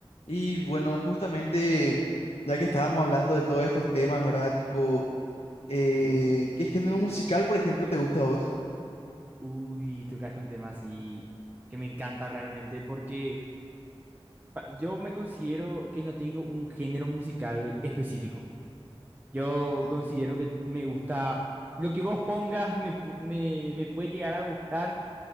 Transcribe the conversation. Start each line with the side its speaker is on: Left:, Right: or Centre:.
Left: Y bueno, justamente ya que estábamos hablando de todos estos temas, ¿verdad? Tipo, eh,
Right: Sí.
Left: ¿qué género musical, por ejemplo, te gusta a vos?
Right: Uy, tocaste un tema así que me encanta realmente porque pa- yo me considero que no tengo un género musical específico. Yo
Left: Entiendo.
Right: considero que me gusta lo que vos pongas, me, pu- me, me puede llegar a gustar